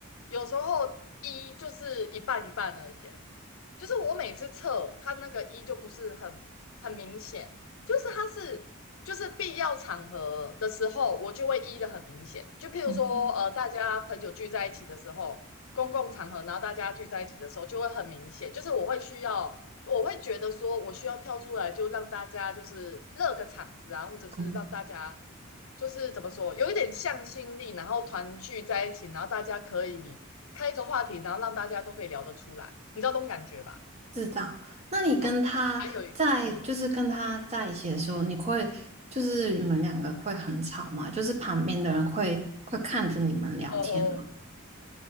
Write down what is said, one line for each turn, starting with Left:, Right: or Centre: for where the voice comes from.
Left: 有时候 E 就是一半一半而已耶，就是我每次测它那个一就不是很很明显，就是它是就是必要场合的时候，我就会一的很明显。就譬如说，
Right: 嗯
Left: 呃，大家朋友聚在一起的时候，公共场合，然后大家聚在一起的时候，就会很明显。就是我会需要，我会觉得说我需要跳出来，就让大家就是热个场子啊，或者是让大家
Right: 嗯，
Left: 就是怎么说，有一点向心力，然后团聚在一起，然后大家可以开一个话题，然后让大家都可以聊得出来，你知道这种感觉吧？
Right: 知道。那你跟他在，
Left: 哦，还有一个，嗯，
Right: 就是跟他在一起的时候，你会，就是你们两个会很吵吗？就是旁边的人会会看着你们聊天吗？
Left: 哦，